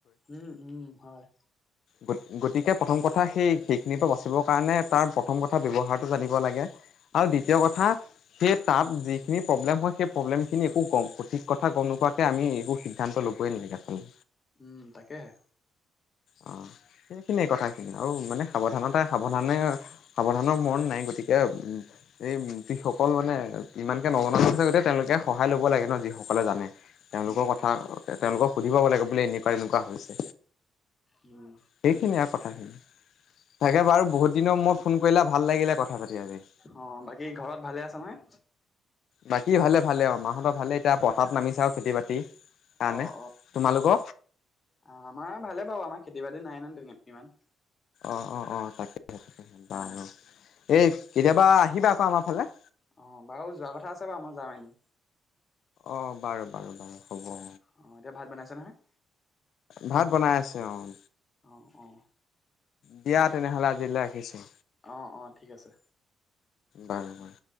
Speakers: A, on the left (about 30°); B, on the left (about 65°).
A: উম উম হয়।
B: গ গতিকে প্ৰথম কথা সেই সেইখিনিৰ পৰা বাচিবৰ কাৰণে তাৰ প্ৰথম কথা ব্যৱহাৰটো জানিব লাগে। আৰু
A: অ',
B: দ্বিতীয় কথা, সেই তাত যিখিনি প্ৰব্লেম হয় সেই প্ৰব্লেমখিনি একো গম সঠিক কথা গম নোপোৱাকে আমি একো সিদ্ধান্ত লব কৈ নেকি আচল
A: উম তাকেহে।
B: অ সেইখিনিয়ে কথাখিনি। আৰু মানে সাৱধানতাই সাৱধানে সাৱধানৰ মৰন নাই, গতিকে উম এই যিসকল মানে ইমানকে নজনা আছে <unintelligible> গতিকে তেওঁলোকে সহায় ল'ব লাগে ন যিসকলে জানে তেওঁলোকৰ
A: উম,
B: কথা,
A: হয়
B: তেওঁলোকক সুধিব লাগে বোলে এনেকুৱা এনেকুৱা হৈছে।
A: উম,
B: সেইখিনি আও কথাখিনি। তাকে বাৰু বহুত দিনৰ মূৰত ফোন কৰিলা ভাল লাগিলে কথা পাতি আজি।
A: অ বাকী ঘৰত ভালে আছা নহয়?
B: বাকী ভালে ভালে অ, মাহঁতৰ ভালে এতিয়া পথাৰত নামিছে আৰু খেতি বাতি। কাৰনে।
A: অ',
B: তোমালোক?
A: অ আমাৰ ভালে বাৰু আমাৰ খেতি বাতি নাই নহয় ইমান।
B: অ অ অ তাকে বাৰু।
A: অ'।
B: এই কেতিয়াবা আহিবা আকৌ আমাৰ ফালে।
A: অঁ বাৰু যোৱা কথা আছে বাৰু মই যাম এদিন।
B: অ বাৰু বাৰু বাৰু হ'ব।
A: অঁ এতিয়া ভাত বনাইছ নহয়?
B: ভাত বনাই আছে অঁ।
A: অঁ অঁ।
B: দিয়া তেনেহলে আজিলৈ ৰাখিছো।
A: অঁ অঁ ঠিক আছে।
B: বাৰু বাৰু।